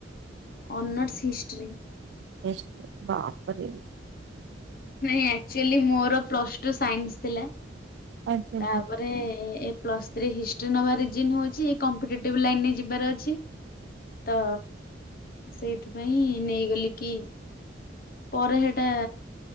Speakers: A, on the left; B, on the right.
A: ଅନର୍ସ ହିଷ୍ଟ୍ରି।
B: ହିଷ୍ଟ୍ରି ବାପରେ
A: ନାଇଁ ଆକ୍ଚୁଆଲି ମୋର ପ୍ଲସ ଟୁ ସାଇନ୍ସ ଥିଲା
B: ଆଚ୍ଛା
A: ତାପରେ
B: ଆଚ୍ଛା
A: ପ୍ଲସ ଥ୍ରି ହିଷ୍ଟି ନବାଜି ହଉଛି କମ୍ପିଟେଟିଭ ଲାଇନ ରେ ଯିବାର ଅଛି। ତ ସେଇଥିପାଇଁ ନେଇଗଲି କି ପରେ ସେଟା